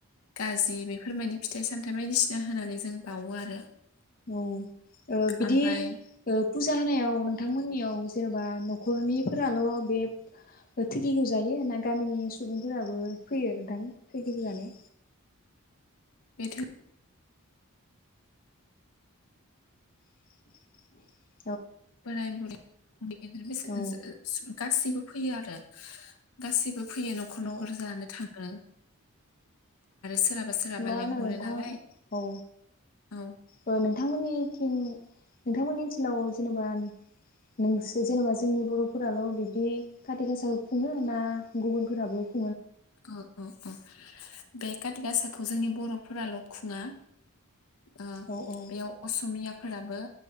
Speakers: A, on the left; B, on the left.
A: गाजि बेफोरबायदि फिथाइ सामथाय बाय बायदिसिना होनानै जों बावो आरो
B: औ ओ बिदि
A: ओमफाय
B: ओ फुजा होनायाव नोंथांमोननियाव जेनबा नखरनिफोराल' बे थुगिगौ जायो ना गामिनि सुबुंफोराबो फैयो नोंथां थुगिखौजानो
A: बेथ
B: <inaudible>
A: बोराय बुरैै उन्दै गेदेर बैसो
B: औ
A: ओ जो ओ गासिबो फैयो आरो गासिब बो फैयो नखर
B: औ
A: नखर जानो थाङो <inaudible> सोरहाबा सोरहाबा
B: मा
A: लेंहरो
B: होनो नोंथां
A: नालाय
B: औ
A: औ
B: ओ नोंथांमोननि थिं नोंथांमोननि ओनसोलाव जेनबा नोंसो जेनेबा जोंनि बरफोराल बिदि खाति गासाखौ खुङो ना गुबुनफोराबो खु
A: औ औ औ बे खातिगासा खौ जोंनि बरफोराल खुङा ओ
B: औ औ
A: बेयाव असमिया फोराबो